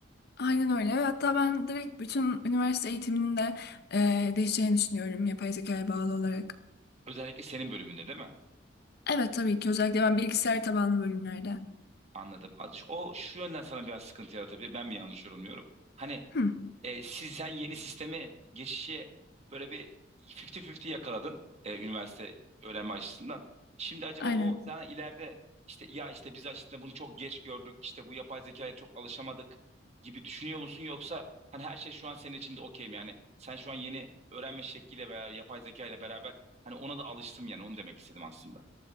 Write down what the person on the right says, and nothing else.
Özellikle senin bölümünde değil mi?
Anladım. O şu yönden sana biraz sıkıntı yaratabilir. Ben mi yanlış yorumluyorum? Hani
e, siz sen yeni sisteme geçişi böyle bir 50-50 yakaladın e, üniversite öğrenme açısından. Şimdi acaba
o sana ileride işte ya işte biz aslında bunu çok geç gördük. işte bu yapay zekaya çok alışamadık gibi düşünüyor musun? Yoksa hani her şey şu an senin için de okey mi? Yani sen şu an yeni öğrenme şekliyle beraber yapay zeka ile beraber hani ona da alıştım yani onu demek istedim aslında.